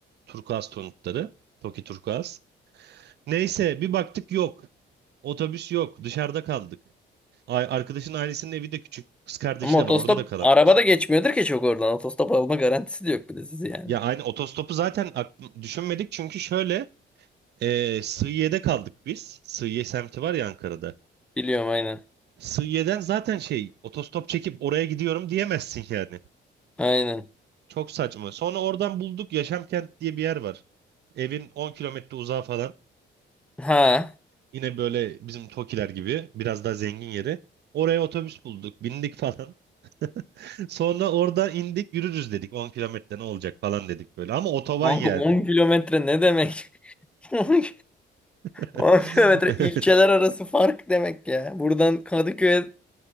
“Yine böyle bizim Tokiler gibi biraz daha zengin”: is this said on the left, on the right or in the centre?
Right